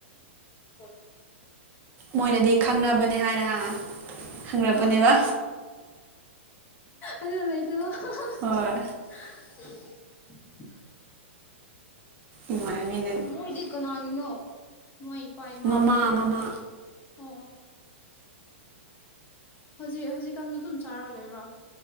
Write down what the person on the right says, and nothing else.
ꯃꯣꯏꯅꯗꯤ ꯈꯪꯅꯕꯅꯦ ꯍꯥꯏꯅ ꯍꯪꯔꯛꯄꯅꯦꯕ
ꯍꯣꯏ ꯏꯃꯥꯟꯅꯕꯤꯅ
ꯃꯃꯥ ꯃꯃꯥ